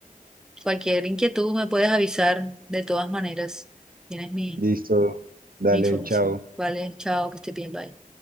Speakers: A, in the centre; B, on the right.
A: cualquier inquietud me puedes avisar de todas maneras. Tienes mi,
B: Listo. Dale,
A: mi información.
B: chao.
A: Vale, chao, que esté bien, bye.